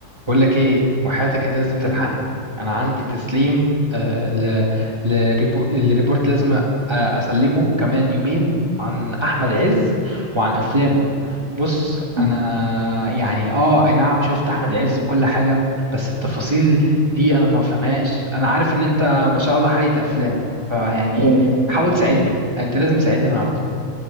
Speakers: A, on the right; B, on the right.
A: بقول لك ايه وحياتك انت لازم تلحقني
B: م-
A: انا عندي تسليم آه ل... لريبو... لريبورت لازم أ- اسلمه كمان يومين عن احمد عز وعن افلامه بص
B: م-
A: انا يعني اه اي نعم شفت احمد عز وكل حاجه بس التفاصيل دي انا ما فهمهاش انا عارف ان انت ما شاء الله حريق افلام فيعني
B: م.
A: حاول تساعدني انت لازم تساعدني النهارده